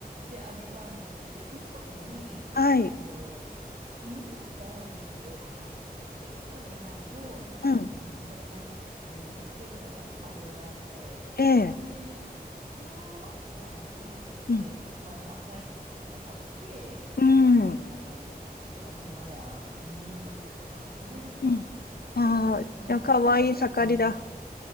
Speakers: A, on the right; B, on the left.
A: てあげたんですね。で、その時に、
B: はい、
A: えっと、犬が、なんか生後3ヶ月以上じゃないと、なんか飛行機に乗せられないみたいな、
B: うん、
A: そういうなんか規定とかが、まあ、いろいろあって、
B: ええ、
A: で、そのワンちゃんをこっちで、
B: うん、
A: その、か、まあ、買いに行ったというか、まあ、買って、
B: うん、
A: あのーワンちゃんが多分まだ2ヶ月とか、そのぐらいだったんですよ。
B: うん。ああ、
A: なんで、
B: いや、
A: その3ヶ月にならない
B: かわいい盛りだ。